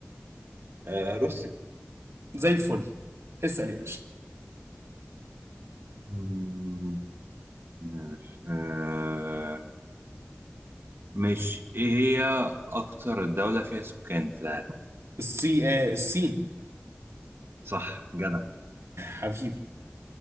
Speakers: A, on the right (about 60°); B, on the right (about 80°).
A: آه روسيا
B: زي الفل اسأل يا باشا
A: مم، ماشي آه ماشي ايه هي اكتر دولة فيها سكان في العالم
B: الصي... آه، الصين
A: صح جدع
B: حبيبي